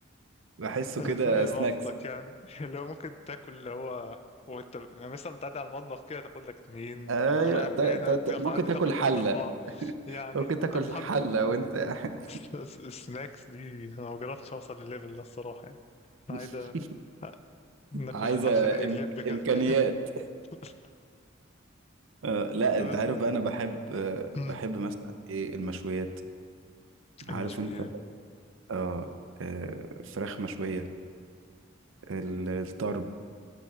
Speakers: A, on the right (about 80°); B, on the left (about 30°).
A: بحسه
B: انا
A: كده
B: فاهم
A: سناكس
B: قصدك يعني <laughs> اللي هو ممكن تاكل اللي هو وانت يعني مثلا بتعدي على المطبخ كده تاخد لك اتنين
A: ايوه
B: آه، رايح
A: ت- ت-
B: هنا
A: ت-
B: تعدي
A: ممكن تاكل
B: تاخد تلاتة
A: حله
B: أربعة يعني
A: ممكن تاكل
B: تاخد حبة
A: حله وانت قاعد
B: <laughs> س- سناكس دي أنا ما جربتش أوصل للليفل ده الصراحة يعني أنا
A: <laughs>
B: عايز أ- ناكل
A: عايزه
B: المحشي زي اللب
A: إم-
B: كده
A: امكانيات
B: <laughs>
A: آه لا
B: طب
A: انت
B: اسمه
A: عارف بقى
B: إيه؟
A: انا بحب آه
B: مم.
A: بحب مثلا ايه المشويات عارف
B: المشويات
A: انت آه آه فراخ مشوية ال- الطرب